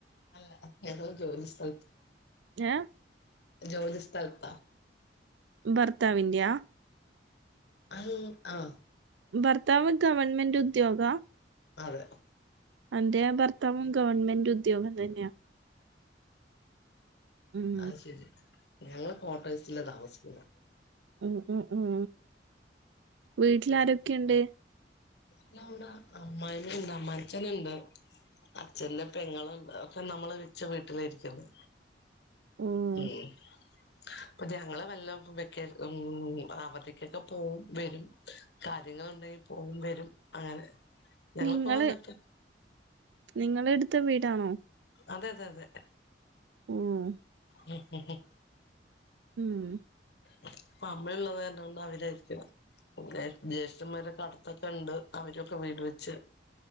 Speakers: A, on the left; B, on the right.
A: അല്ല ഞങ്ങള് ജോലി സ്ഥലത്ത്
B: ഏഹ്
A: ജോലി സ്ഥലത്താ
B: ഭർത്താവിന്ത്യ
A: അയ് ആഹ്
B: ഭർത്താവ് ഗവൺമെന്റ് ഉദ്യോഗ
A: അതെ
B: എന്റെ ഭർത്താവും ഗവൺമെന്റ് ഉദ്യോഗം തന്നെയാ ഉം
A: അ അ്ശരി ഞങ്ങള് കോട്ടസ്ലാ താമസിക്കുന്ന
B: ഉ ഉം ഉം വീട്ടിൽ ആരൊക്കെയ്ണ്ട്
A: വിടെ അമ്മായിന ഉണ്ട് അമ്മായിഅച്ഛനണ്ട് അച്ഛന്റെ പെങ്ങളുംണ്ട് ഒക്കെ നമ്മള് വിച്ച വീട്ടില ഇരിക്ക് ന്നെ
B: ഉം
A: ഏഹ് ഇപ്പൊ ഞങ്ങള് വല്ല വെക്ക ഉം അവധിക്കൊക്കെ പോവും വരും കാര്യങ്ങളുണ്ടെങ്കി പോവും വരും അങ്ങനെ ഞങ്ങളിപ്പോ
B: നിങ്ങള്
A: വന്നിട്ട്
B: നിങ്ങള എട്ത്ത വീടാണോ
A: അതെതെ അതെ
B: ഊം
A: ഉം ഉം ഉം
B: ഉം
A: പ്പം അമ്മ ഇള്ളെത് കാരണം ഇന്നവലായ്രിക്കലോ ഏന് ജ്യേഷ്ഠന്മാരൊക്കെ അട്ത്തൊക്കെ ണ്ട് അവരൊക്കെ വീട് വെച്ച്